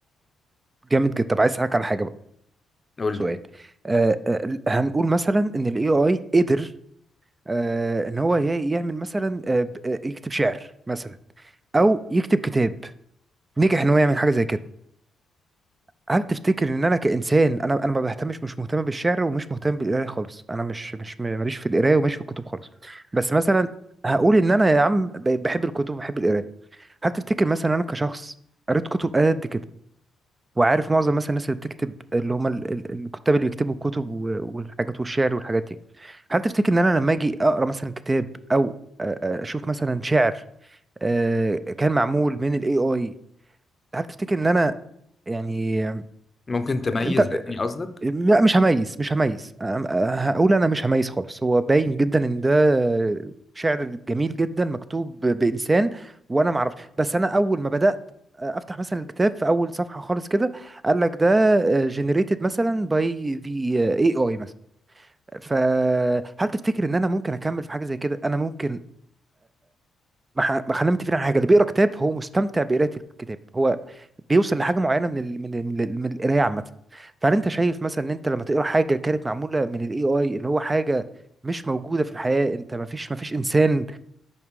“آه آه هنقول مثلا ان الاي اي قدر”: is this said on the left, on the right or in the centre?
Right